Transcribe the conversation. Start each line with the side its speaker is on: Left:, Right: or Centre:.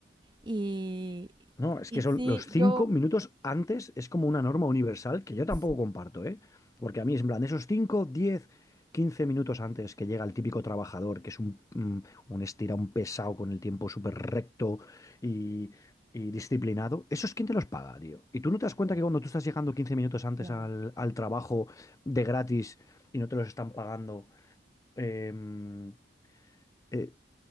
Right: Y,
Left: No, es
Right: y
Left: que son
Right: sí,
Left: los cinco
Right: yo,
Left: minutos antes, es como una norma universal que yo tampoco
Right: sí,
Left: comparto, ¿eh? Porque a mí es en plan, esos cinco, diez, quince minutos antes que llega el típico trabajador, que es un, mm, un estira, un pesado con el tiempo súper recto y, y disciplinado, ¿eso es quién te los paga, tío? Y tú no te das cuenta que cuando tú estás llegando 15 minutos antes
Right: claro,
Left: al, al trabajo de gratis y no te los están pagando. em, eh,